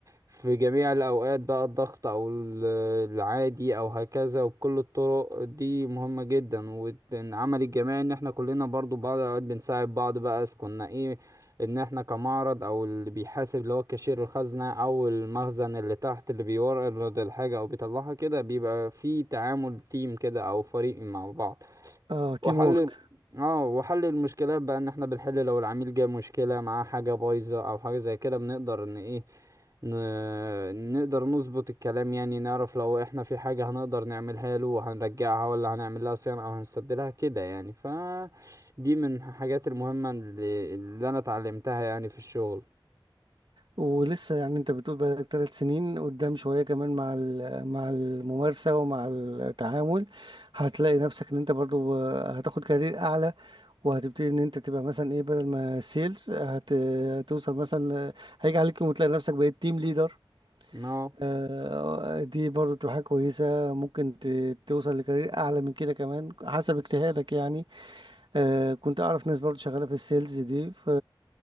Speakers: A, on the right; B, on the right.
A: في جميع الاوقات بقى الضغط او ال- العادي او هكذا وبكل الطرق دي مهمة جدا والعمل الجماعي ان احنا كلنا برضو بعض الاوقات بنساعد بعض بقى إذا كنا ايه ان احنا كمعرض او اللي بيحاسب اللي هو كاشير الخزنة او المخزن اللي تحت اللي بيورد الحاجة او بيطلعها كده بيبقى في تعامل تيم كده او فريق مع بعض
B: اه
A: وحل
B: تيم وورك
A: اه وحل المشكلات بقى ان احنا بنحل لو العميل جه مشكلة معاه حاجة بايظة او حاجة زي كده بنقدر ان ايه ن... نقدر نظبط الكلام يعني نعرف لو احنا في حاجة هنقدر نعملها له وهنرجعها ولا هنعمل لها صيانة او هنستبدلها كده يعني ف دي من الحاجات المهمة اللي, اللي انا اتعلمتها يعني في الشغل
B: ولسه يعني انت بتقول بقالك ثلاث سنين قدام شوية كمان مع ال- مع الممارسة ومع التعامل هتلاقي نفسك ان انت برضو هتاخد كارير اعلى وهتبتدي ان انت تبقى مثلا ايه بدل ما سيلز هت... هتوصل مثلا هيجي عليك يوم وتلاقي نفسك بقيت تيم ليدر
A: اه
B: آه، دي برضو تبقى حاجة كويسة ممكن ت... توصل لكارير اعلى من كده كمان حسب اجتهادك يعني آه كنت اعرف ناس برضو شغاله في السيلز دي ف